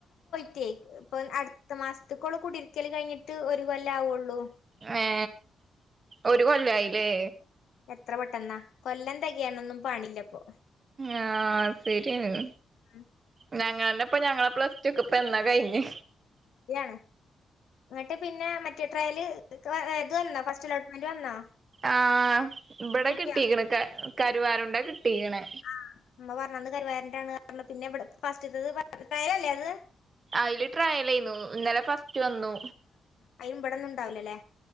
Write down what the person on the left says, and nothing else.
ഇപ്പ അടുത്ത മാസത്തക്കുള്ള കുടിയിരിക്കല് കഴിഞ്ഞിട്ട് ഒരു കൊല്ലം ആവുള്ളൂ.
എത്ര പെട്ടെന്നാ കൊല്ലം തികയാണൊന്നും പണീല്ലപ്പൊ.
ഉം
യാണ്. എന്നട്ട് പിന്നെ മറ്റേ ട്രയല് ഇത് വന്നോ ഫസ്റ്റ് അലോട്ട്മെന്റ് വന്നോ?
കിട്ടിയോ
ആ അമ്മ പറഞ്ഞന്ന് കരുവാരണ്ടാണ് പറഞ്ഞ് പിന്നെ ഇവിടെ ഫസ്റ്റത്തേത് ട്രയലല്ലേ അത്
അയിനും ഇവടന്നുണ്ടാവില്ലല്ലോ അല്ലേ.